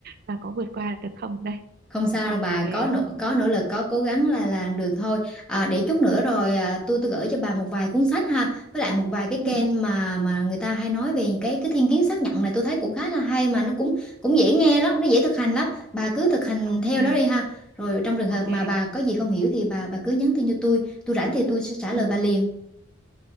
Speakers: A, on the right (about 45°); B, in the centre.
A: là có vượt qua được không đây
B: không sao
A: ok
B: đâu bà có nỗ có nỗ lực có cố gắng là làm được thôi à, để chút nữa rồi à, tôi tôi gửi cho bà một vài cuốn sách ha với lại một vài cái
A: ừ
B: kênh mà mà người ta hay nói về cái cái thiên kiến xác nhận này tôi thấy cũng khá là hay mà nó cũng cũng dễ nghe lắm nó dễ thực hành lắm bà cứ thực hành
A: ok
B: theo đó đi ha rồi trong trường
A: ok
B: hợp mà bà có gì không hiểu thì bà bà cứ nhắn tin cho tôi tôi rảnh thì tôi sẽ trả
A: ừ.
B: lời bà liền